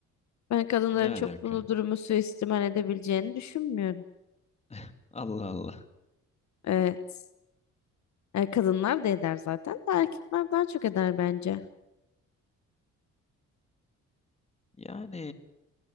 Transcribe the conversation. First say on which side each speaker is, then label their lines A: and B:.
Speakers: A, on the left; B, on the left.
A: Ben kadınların
B: Ne alaka?
A: çok bunu durumu suistimal edebileceğini düşünmüyorum.
B: <laughs> Allah Allah.
A: Evet. E, kadınlar da eder zaten de erkekler daha çok eder bence.
B: Yani